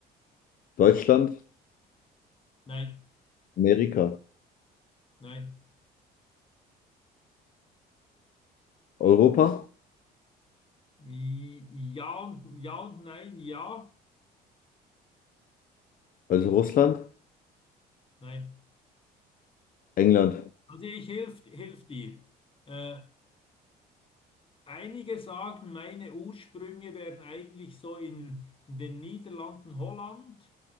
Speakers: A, on the left; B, on the left.
A: Deutschland?
B: nein,
A: Amerika?
B: nein.
A: Europa?
B: I- Ja und, ja und nein, ja,
A: Also Russland?
B: nein.
A: England?
B: Also ich hilft, hilft dir. Äh, Einige sagen, meine Ursprünge wären eigentlich so in, in den Niederlanden, Holland.